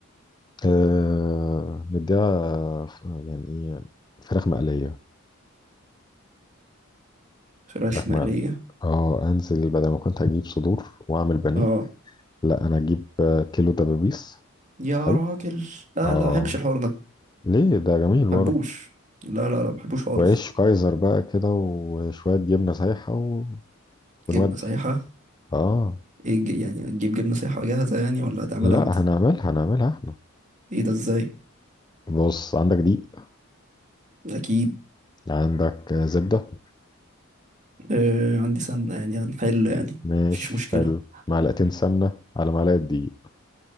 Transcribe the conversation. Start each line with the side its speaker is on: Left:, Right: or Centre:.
Left: آه، مديها ف- يعني ايه فراخ مقلية
Right: فراخ
Left: فراخ
Right: مقلية
Left: مقلية اه انزل بدل ما كنت هجيب صدور واعمل بانيه
Right: اه
Left: لا انا اجيب آه، كيلو دبابيس
Right: يا
Left: حلو
Right: راجل لا
Left: اه
Right: لا ما بحبش الحوار ده ما
Left: ليه ده جميل
Right: بحبوش
Left: برضه
Right: لا لا لا ما بحبوش خالص
Left: وعيش كايزر بقى كده وشوية جبنة سايحة و... ونودي
Right: جبنة سايحة
Left: اه
Right: ايه الج- يعني هتجيب جبنة سايحة جاهزة يعني ولا هتعملها
Left: لا
Right: انت
Left: هنعملها هنعملها احنا
Right: ايه ده ازاي
Left: بص عندك دقيق
Right: اكيد
Left: عندك زبدة
Right: آه عندي سمنة يعني هنحل يعني
Left: ماشي
Right: مفيش مشكلة
Left: حلو معلقتين سمنة على معلقة دقيق